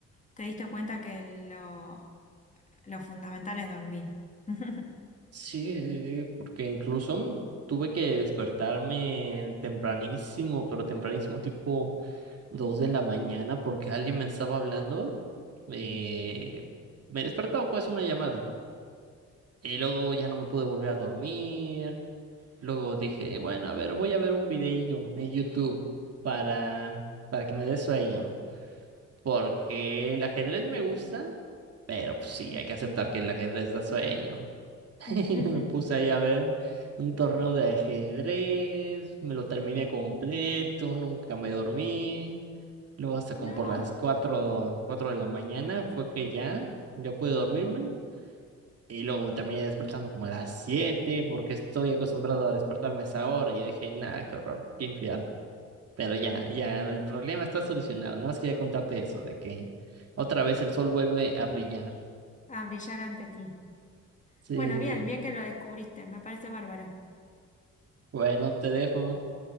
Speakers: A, on the left; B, on the right.
A: te diste cuenta que lo, lo fundamental es dormir. <laughs>
B: Sí, porque incluso tuve que despertarme tempranísimo, pero tempranísimo, tipo. dos de la mañana porque alguien me estaba hablando. eh, me despertó pues una llamada. Y luego ya no me pude volver a dormir. Luego dije, bueno, a ver, voy a ver un videillo en YouTube para, para que me dé sueño. Porque el ajedrez me gusta, pero pues sí,
A: Sí.
B: hay que aceptar que el ajedrez da sueño. <laughs>
A: <laughs>
B: Y me puse ahí a ver un torneo de ajedrez, me lo terminé completo, nunca me dormí. Luego hasta como
A: No,
B: por las cuatro cuatro de la mañana fue que ya, yo pude dormirme y luego me terminé despertando como a las 7 porque estoy acostumbrado a despertarme a esa hora y yo dije, nada, qué horror, qué infierno. Pero ya, ya, el problema está solucionado. Nada más quería contarte eso, de que otra vez el sol vuelve a brillar.
A: a brillar ante ti.
B: Sí,
A: Bueno,
B: sí,
A: bien,
B: sí.
A: bien que lo descubriste, me parece bárbaro.
B: Bueno, te dejo.